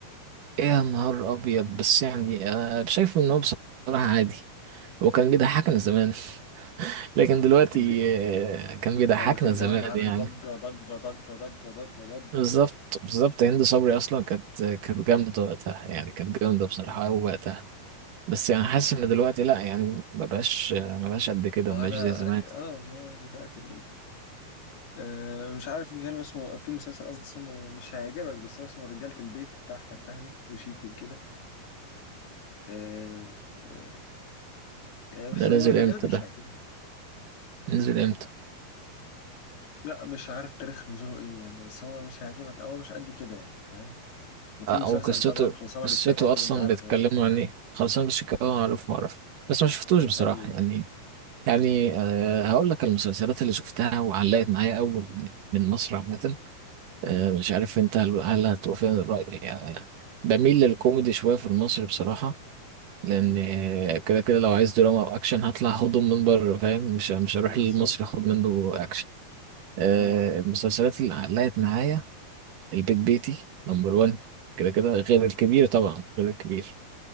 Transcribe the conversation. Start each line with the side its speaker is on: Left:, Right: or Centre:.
Right: ايه يا نهار ابيض بس يعني آه شايفه ان هو بصراحة عادي هو كان بيضحكنا زمان <laughs> لكن دلوقتي
Left: هو كان ايه
Right: آه، كان بيضحكنا
Left: هو كان
Right: زمان
Left: زمان عامل
Right: يعني
Left: ضجه ضجه ضجه ضجه ضجه ضجه
Right: بالظبط بالظبط هند صبري اصلا كانت كانت جامده وقتها يعني كانت جامده بصراحه
Left: مم.
Right: قوي وقتها بس يعني حاسس
Left: مم.
Right: ان دلوقتي لا يعني ما بقاش ما بقاش قد كده
Left: ما
Right: ما بقاش
Left: انا
Right: زي زمان
Left: اه آه، دلوقتي أه مش عارف في فيلم اسمه في مسلسل قصدي اسمه مش هيعجبك بس هو اسمه رجالة البيت بتاع أحمد فهمي وشيكو وكده أه أه يعني بس
Right: ده نزل
Left: هو غالبا
Right: امتى
Left: مش
Right: ده
Left: هيعجبك
Right: نزل امتى
Left: لا مش عارف تاريخ نزوله ايه يعني بس هو مش هيعجبك أو مش قد كده يعني فاهم وفي
Right: آه،
Left: مسلسل
Right: او قصته
Left: طبعا خلصانة
Right: قصته
Left: بالشياكة كده
Right: اصلا
Left: أنت عارفه
Right: بيتكلموا
Left: يعني
Right: عن ايه خلصان بس كده اه اعرف ما اعرف بس ما شفتوش
Left: ده
Right: بصراحه
Left: حلو ده
Right: يعني يعني أه هقول لك المسلسلات اللي شفتها وعلقت معايا اول من مصر عامه أه مش
Left: مم.
Right: عارف انت هل هل هتوافقني الراي يعني بميل للكوميدي شويه في المصري بصراحه لان
Left: مم.
Right: آه، كده كده لو عايز دراما او اكشن هطلع هضم من بره فاهم مش مش هروح
Left: بالظبط
Right: للمصري اخد منه اكشن أه
Left: مم.
Right: المسلسلات اللي علقت معايا البيت بيتي نمبر 1 كده كده غير الكبير طبعا غير الكبير